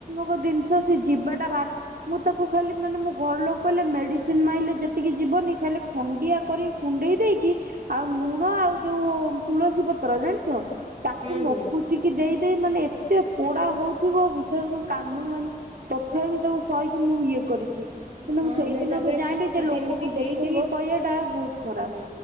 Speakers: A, on the right; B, on the right.
A: ସେ ଜିନିଷ ସେ ଯିବାଟା ଭାରି ମୁଁ ତାକୁ ଖାଲି ମାନେ ମୋ ଘର ଲୋକ କହିଲେ ମେଡିସିନ୍ ମାଇଲେ ଯେତିକି ଯିବନି, ଖାଲି ଖଣ୍ଡିଆ କରି କୁଣ୍ଡେଇ ଦେଇକି ଆଉ ଲୁଣ ଆଉ ଯୋଉ ତୁଳସୀ ପତ୍ର ଜାଣିଛ ତାକୁ
B: ହୁଁ ହୁଁ
A: ପୋଛିକି ଦେଇ ଦେଇ ମାନେ ଏତେ ପୋଡା ହଉଥିବ, ବିଶ୍ୱାସ କାନ୍ଦୁଳୁ ମା ତଥାପି ତାକୁ ସହିକି ମୁଁ ଇଏ କରେ। ମୁଁ
B: ହଁ
A: ସେଇ
B: ନାଇଁ
A: ଦିନଠୁ
B: ତାପରେ
A: ଜାଣିଲି, ଯେ
B: ଯଦି
A: ଲୋକଙ୍କୁ
B: ଏମିତି ହେଇଥିବ
A: ଦେଖେଇକି କହିବା ଟା ବହୁତ ଖରାପ।
B: ହୁଁ,